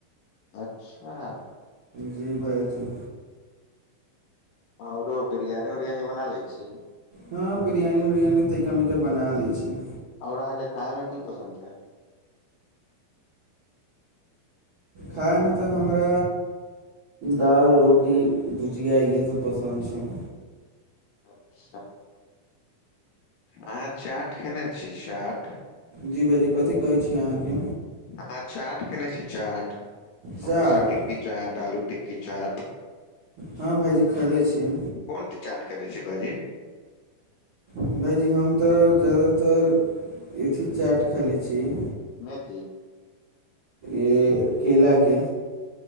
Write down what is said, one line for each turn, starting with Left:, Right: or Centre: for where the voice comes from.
Left: अच्छा
Right: जी भाइजी
Left: औरो बिरयानी उरियानी बना लै छी
Right: हँ बिरयानी उरियानी तैका मैका बना लै छी
Left: ओर अहाँके खाय मे की पसन्द छै
Right: खायमे तऽ हमरा दालि रोटी भुजिया इएहे सब पसन्द न छैन
Left: अच्छा अहाँ चाट खैने छियै चाट
Right: जी भायजी कथी कहैत छी अहाँके
Left: अहां चाट खेने छी चाट समोसा
Right: चाट
Left: टिक्की चाट आलू टिक्की चाट
Right: हँ भाइजी खयले छियै
Left: कोन चाट खैले छियै भायजी
Right: भाइजी हम तऽ जादातर अथी चाट खेलै छियै
Left: मेथी
Right: ई केलाके